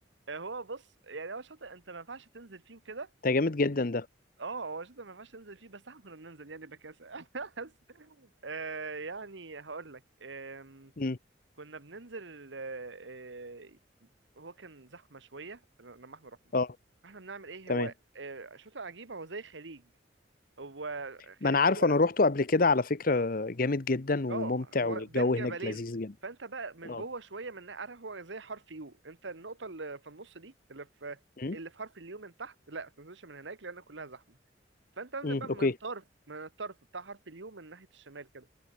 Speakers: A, on the right; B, on the left.
A: آه هو بص يعني هو شاطئ أنت ما ينفعش تنزل فيه وكده
B: ده جامد جدا ده
A: اه هو شاطئ ما ينفعش تنزل فيه بس احنا كنا بننزل يعني بكاسة <laughs> بس آه يعني هقولك آم،
B: امم
A: كنا بننزل آه، آه، هو كان زحمه شويه لما احنا رحنا
B: اه
A: احنا بنعمل ايه
B: تمام
A: هو آه، شاطئ عجيبه هو زي خليج هو
B: ما
A: خليج
B: انا عارفه
A: كده
B: انا روحته قبل كده على فكره جامد جدا وممتع
A: اه هو
B: والجو
A: بين جبلين
B: هناك لذيذ جدا
A: فانت بقى من
B: اه
A: جوه شويه من عارف هو زي حرف يو انت النقطه اللي في النص دي اللي في
B: امم
A: اللي في حرف اليو من تحت لا ما تنزلش من هناك لان كلها زحمه فانت انزل
B: امم
A: بقى من
B: اوكي
A: طرف من الطرف بتاع حرف اليو من ناحيه الشمال كده